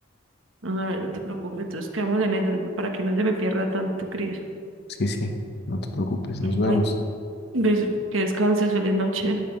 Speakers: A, on the right; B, on the left.
A: Ah, no te preocupes. Entonces quedamos en eso para que no se me pierda tanto, Cris.
B: Sí, sí, no te preocupes, nos vemos.
A: Ay, bes- que descanses, feliz noche.